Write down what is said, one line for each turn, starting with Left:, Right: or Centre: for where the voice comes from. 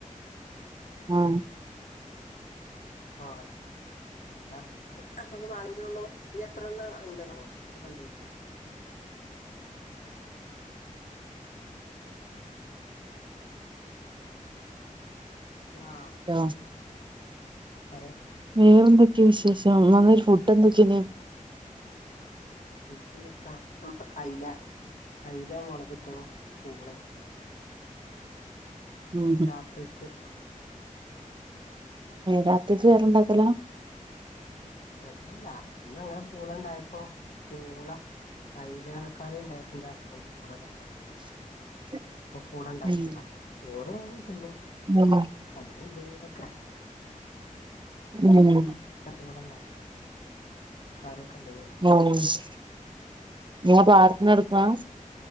Right: ആഹ്
Left: ആഹ്. അതാണ് നമക്ക് നാളെയും കൂടി ഉള്ളോ ഇനി എത്ര എണ്ണം ഉണ്ടെന്ന ഒക്കെ കണ്ടരിക്കോ? ഹലോ.
Right: ഹലോ.
Left: പറയാ.
Right: വേറെന്തൊക്കെ വിശേഷം. നല്ലൊരു ഫുഡ്ഡെന്തൊക്കേന്
Left: ഫുഡ്‌ ഇന്ന് എത്താ അയ്ല അയ്ല മൊളക് ഇട്ടതും പൂളെ
Right: ഉമ്
Left: രാത്രിക്ക്.
Right: രാത്രിക്ക് വേറണ്ടാക്കല?
Left: അല്ലല്ല ഇന്ന അങ്ങനെ പൂള ഇണ്ടായപ്പോ പൂള. അയില ക്കറി ഉണ്ടായപ്പൊ എന്റെ ഹസ്ബന്റ് പൂള ഇണ്ടാക്കാൻ പറഞ്.
Right: <unintelligible>
Left: അപ്പൊ പൂള ഉണ്ടാക്കിയതാ
Right: ഉം
Left: ചോറ് തുന്നും
Right: ഉം
Left: അല്ലെങ്കിൽ എന്തേയിലൊക്കെ.
Right: ഉമ്
Left: പൂള ഇണ്ടാക്കും കറിയൊക്കെ ഇണ്ടങ്കിൽ.
Right: ഔ ശരി നിങ്ങടെ പാടത്ത് നടക്കുവ